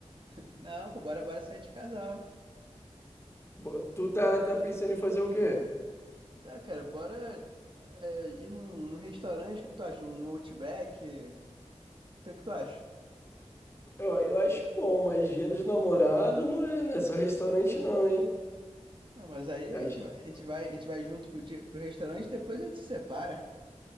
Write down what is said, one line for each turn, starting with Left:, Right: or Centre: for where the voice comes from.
Right: <laughs> Não, pô, bora, bora sair de casal.
Left: Bo- Tu tá, tá pensando em fazer o quê?
Right: Cara, cara, bora é, ir num, num restaurante, o que que tu acha? Num, num Outback? O que, que tu acha?
Left: Eu, eu acho bom, mas dia dos namorados não é, não é só restaurante não, hein?
Right: Não, mas aí
Left: Eu
Right: a gente
Left: acho-
Right: vai, a gente vai, a gente vai junto pro, dia- pro restaurante, depois a gente se separa.